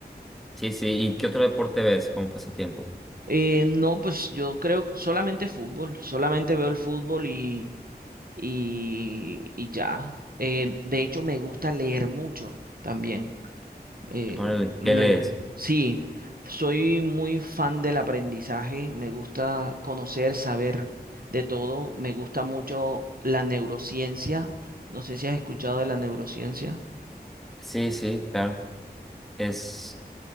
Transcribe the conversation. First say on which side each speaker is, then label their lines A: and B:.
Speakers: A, in the centre; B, on the right.
A: Sí, sí, ¿y qué otro deporte ves como pasatiempo?
B: Eh, no, pues yo creo que solamente fútbol, solamente veo el fútbol y y, y ya. Eh, de hecho, me gusta leer mucho también. Eh,
A: Órale,
B: me,
A: ¿qué lees?
B: gu- sí, soy muy fan del aprendizaje, me gusta conocer, saber de todo, me gusta mucho la neurociencia. No sé si has escuchado de la neurociencia.
A: Sí, sí, claro. Es